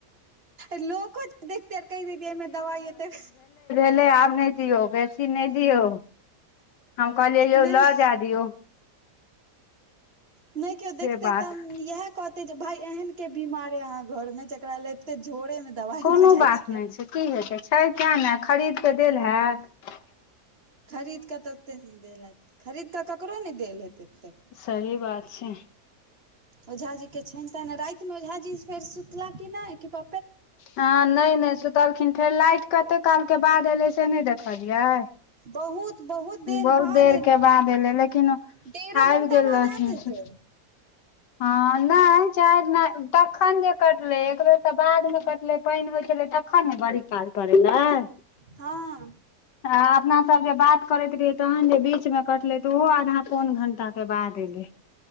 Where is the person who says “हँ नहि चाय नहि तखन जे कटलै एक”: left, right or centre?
Left